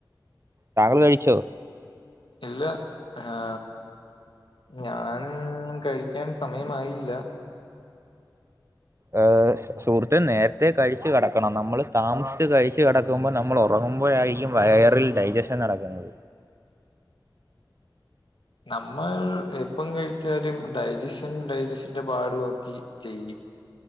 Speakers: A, on the right; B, on the left.
A: താങ്കള് കഴിച്ചോ?
B: ഇല്ല അഹാ ഞാന് കഴിക്കാൻ സ് സമയമായീല്ല.
A: ഏഹ് സ് സുഹൃത്തെ നേരത്തെ കഴിച്ച് കെടക്കണം നമ്മള് താമസിച്ച് കഴിച്ച് കെടക് ക്കുമ്പോ നമ്മളു റങ്ങുമ്പോഴാരിക്കും വയറിൽ ഡൈജഷൻ നടക്കുന്നത്.
B: നമ്മൾ എപ്പം കഴിച്ചാലും ഡൈജഷൻ ഡൈജഷന്റെ പാട് നോക്കി ചെയ്യും.